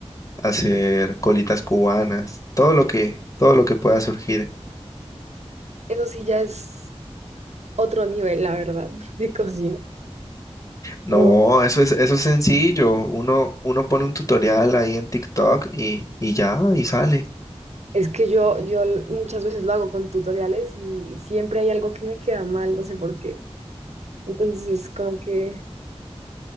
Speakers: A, on the left; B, on the right.
A: hacer colitas cubanas, todo lo que, todo lo que pueda surgir.
B: Eso sí ya es otro nivel, la verdad, <laughs> de cocina.
A: No,
B: Yo
A: eso es, eso es sencillo. Uno, uno pone un tutorial ahí en TikTok y, y ya, y sale.
B: Es que yo, yo muchas veces lo hago con tutoriales y siempre hay algo que me queda mal, no sé por qué. Entonces, como que